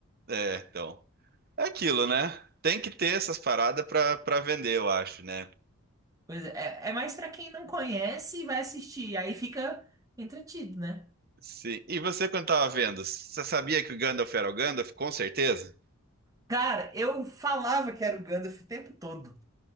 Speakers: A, on the right; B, on the right.
A: É, então. É aquilo, né? Tem que ter essas paradas para para vender, eu acho, né?
B: Pois é, é é mais pra quem não conhece e vai assistir. Aí fica entretido, né?
A: Sim. E você, quando tava vendo, você sabia que o Gandalf era o Gandalf? Com certeza.
B: Cara, eu falava que era o Gandalf o tempo todo.